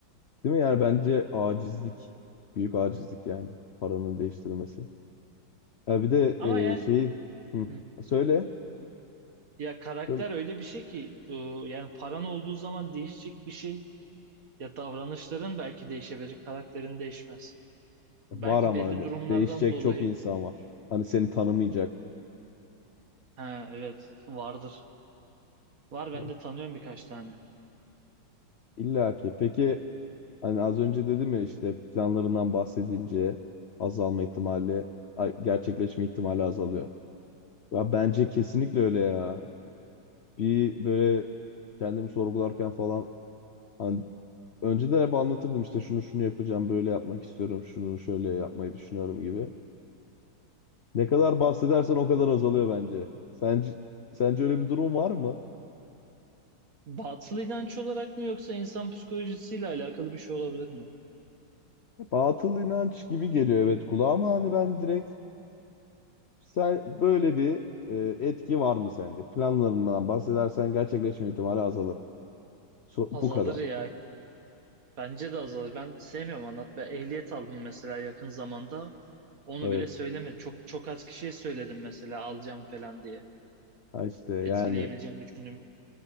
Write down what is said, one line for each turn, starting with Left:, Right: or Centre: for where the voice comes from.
Left: Değil mi? Yani bence acizlik. Büyük acizlik yani. Paranın değiştirmesi. Ha bir de
Right: Ama yani
Left: e, şeyi hı,
Right: hı,
Left: söyle.
Right: ya karakter
Left: Söyle.
Right: öyle bir şey ki bu yani paran olduğu zaman değişecek bir şey ya davranışların belki değişebilir, karakterin değişmez.
Left: Var
Right: Belki
Left: ama
Right: belli
Left: öyle.
Right: durumlardan
Left: Değişecek
Right: dolayı
Left: çok insan var. Hani seni tanımayacak.
Right: ha evet vardır. Var ben
Left: Evet.
Right: de tanıyorum birkaç tane.
Left: İlla ki. Peki hani az önce dedim ya işte planlarından bahsedince azalma ihtimali, ay- gerçekleşme ihtimali azalıyor. Ya bence kesinlikle öyle ya. Bir böyle kendimi sorgularken falan Hani önceden hep anlatırdım işte şunu şunu yapacağım, böyle yapmak istiyorum, şunu şöyle yapmayı düşünüyorum gibi. Ne kadar bahsedersen o kadar azalıyor bence. Sence, sence öyle bir durum var mı?
Right: Batıl inanç olarak mı yoksa insan psikolojisiyle alakalı bir şey olabilir mi?
Left: Batıl inanç gibi geliyor evet kulağa ama hani ben direkt sen böyle bir e, etki var mı sence? Planlarından bahsedersen gerçekleşme ihtimali azalır mı? So-
Right: Azalır
Left: bu kadar.
Right: ya Bence de azalır. Ben sevmiyorum anlatmayı. Ehliyet aldım mesela yakın zamanda. Onu
Left: Evet.
Right: bile söylemedim. Çok çok az kişiye söyledim mesela alacağım falan diye.
Left: Ha işte yani
Right: Etkileyebileceğini düşündüm.